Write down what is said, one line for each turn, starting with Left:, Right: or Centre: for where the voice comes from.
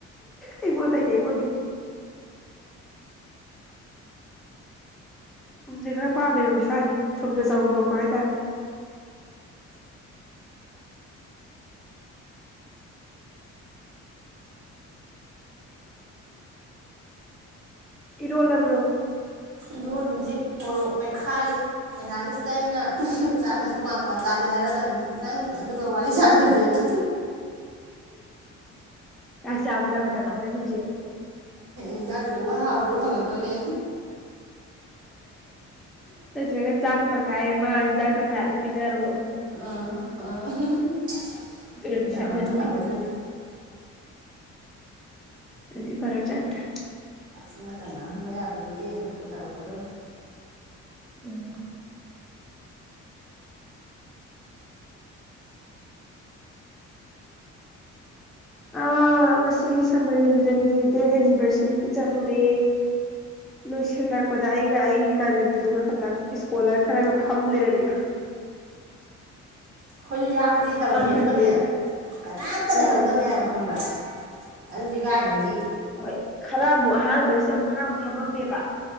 Centre: ꯑꯩꯃꯣꯊꯥꯏ ꯑꯩꯃꯗꯦ ꯊꯨꯝꯁꯦ ꯈꯔ ꯄꯥꯝꯃꯦꯕ ꯃꯁꯥꯒꯤ ꯊꯨꯝꯅ ꯆꯨꯝꯃꯛꯄ ꯍꯥꯏꯇꯥꯔꯦ ꯏꯔꯣꯜꯂꯕ꯭ꯔꯣ
Right: ꯏꯔꯣꯟ ꯍꯧꯨꯖꯤꯛ ꯃꯣꯔꯣꯛ ꯃꯦꯠꯈꯥꯏꯔꯤ ꯑꯦꯅꯥꯂꯤꯁ ꯑ ꯑꯩꯅ ꯆꯥꯛ ꯈꯁꯦ ꯇꯣꯉꯥꯟ ꯇꯣꯉꯥꯟ ꯆꯥꯥꯁꯦ ꯍꯥꯏꯔꯛꯑꯗꯕꯅꯤ ꯅꯪ ꯑꯗꯨꯒ ꯋꯥꯔꯤ ꯁꯥꯟꯅꯗꯦꯅ
Centre: ꯆꯥꯛ ꯆꯥꯕꯗ ꯃꯇꯝ ꯃꯥꯡꯍꯟꯒꯨꯝꯁꯦꯅ
Right: ꯏꯟꯖꯥꯡꯗꯨꯕꯨ ꯍꯥꯕ꯭ꯔꯣ ꯍꯪꯉꯛꯇꯣꯏꯅꯦ
Centre: ꯠꯇꯒ ꯆꯥ ꯀ ꯇ ꯀꯥꯏ ꯃꯥ ꯏꯟꯗ ꯈ ꯄꯤ ꯔꯣ
Right: ꯎꯝ ꯎꯝ ꯑꯩꯈꯣꯏꯅ
Centre: ꯑꯗꯨꯅꯗꯤ ꯁꯝꯃꯅꯤ
Right: ꯃꯥꯡꯍꯜꯂꯛꯑꯣꯏꯗꯣꯏꯅꯦ
Centre: ꯑꯗꯨꯗꯤ ꯐꯔꯞ ꯆꯗ
Right: ꯑꯥꯀꯤ ꯃꯇꯝ ꯃꯥꯡꯍꯟꯕ ꯌꯥꯕ ꯅꯠꯇꯦ ꯑꯩꯈꯣꯏ ꯇꯧꯔꯛꯀꯗꯣꯏꯅꯤ
Centre: ꯎꯝ ꯑ ꯉꯁꯤꯒꯤ ꯁꯃꯔꯦꯟꯗ꯭ꯔꯒꯤ ꯗꯦꯠ ꯑꯦꯅꯤꯚꯔꯁꯔꯤꯗꯨ ꯆꯠꯂꯨꯔꯦ ꯂꯣꯏꯁꯤꯜꯂꯛꯄꯗ ꯑꯩꯒ ꯑꯩꯒꯤ ꯏꯃꯥꯟꯅꯕꯤꯗꯨꯒ ꯇꯪ ꯏꯁꯀꯣꯂꯔ ꯈꯔꯒ ꯐ ꯐꯝ ꯂꯩꯔꯃꯤꯅ
Right: ꯍꯣꯏꯁꯨ ꯌꯥꯎꯁꯦ ꯇꯧꯔꯝꯃꯤ
Centre: ꯊꯪꯖꯦꯅ
Right: ꯑꯗꯨꯒꯅꯦ ꯀꯅꯥꯝꯇ
Centre: ꯑꯥ
Right: ꯂꯩꯍꯧꯗꯕꯅꯦ ꯍꯥꯏꯕ ꯈꯪꯕ꯭ꯔꯥ ꯑꯜꯗꯤꯒꯥꯏꯗꯗꯒꯤ
Centre: ꯍꯣꯏ ꯈꯔ ꯑꯃꯨꯛ ꯑꯍꯥꯟꯕꯁꯦ ꯑꯃꯨꯛ ꯈꯔ ꯑꯃꯨꯛ ꯐꯝꯃꯝꯃꯦꯕ